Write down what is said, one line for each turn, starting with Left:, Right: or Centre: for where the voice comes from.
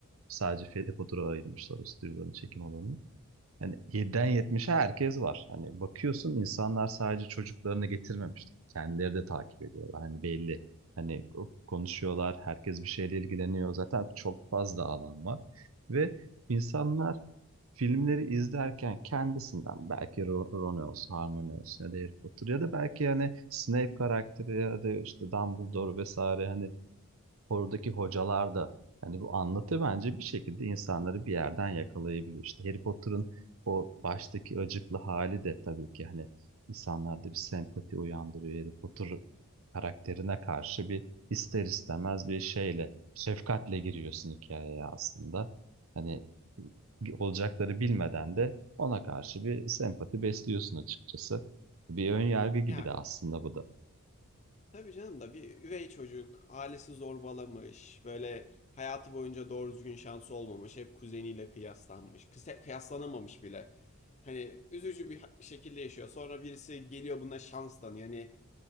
Right: Sadece Fedepodur'a ayırmışlar o stüdyoların çekim alanını. Yani 7'den yetmiş'e herkes var. Hani bakıyorsun insanlar sadece çocuklarını getirmemiş. Kendileri de takip ediyorlar. Hani belli. Hani konuşuyorlar. Herkes bir şeyle ilgileniyor. Zaten çok fazla alan var. Ve insanlar filmleri izlerken kendisinden belki Ro- Ron olsun, Hermione olsun ya da Harry Potter ya da belki hani Snape karakteri ya da işte Dumbledore vesaire hani oradaki hocalar da hani bu anlatı bence bir şekilde insanları bir yerden yakalayabiliyor. İşte Harry Potter'ın o baştaki acıklı hali de tabii ki hani insanlarda bir sempati uyandırıyor. Harry Potter karakterine karşı bir ister istemez bir şeyle, şefkatle giriyorsun hikayeye aslında. Hani olacakları bilmeden de ona karşı bir sempati besliyorsun açıkçası. Bir ön yargı gibi
Left: Ya
Right: de aslında bu da.
Left: tabii canım da bir üvey çocuk, ailesi zorbalamış, böyle hayatı boyunca doğru düzgün şansı olmamış, hep kuzeniyle kıyaslanmış, kıse- kıyaslanamamış bile. Hani üzücü bir ha- şekilde yaşıyor. Sonra birisi geliyor buna şans tanıyor. Yani